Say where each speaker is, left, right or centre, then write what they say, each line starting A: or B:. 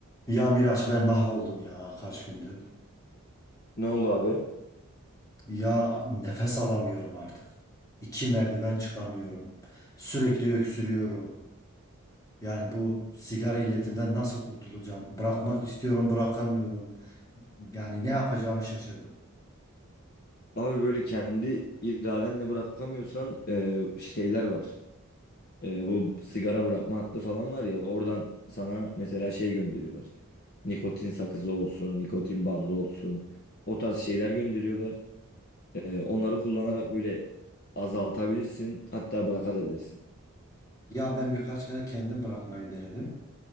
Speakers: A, on the left; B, on the left.
A: Ya Miraç ben mahvoldum ya kaç gündür.
B: Ne oldu abi?
A: Ya nefes alamıyorum artık. İki merdiven çıkamıyorum. Sürekli öksürüyorum. Yani bu sigara illetinden nasıl kurtulacağım? Bırakmak istiyorum, bırakamıyorum. Yani ne yapacağımı şaşırdım.
B: Abi böyle kendi iradenle bırakamıyorsan e, şeyler var. E, bu sigara bırakma hattı falan var ya oradan sana mesela şey gönderiyorlar. Nikotin sakızı olsun, nikotin bandı olsun. O tarz şeyler gönderiyorlar. E, onları kullanarak böyle azaltabilirsin hatta bırakabilirsin.
A: Ya ben birkaç kere kendim bırakmayı denedim.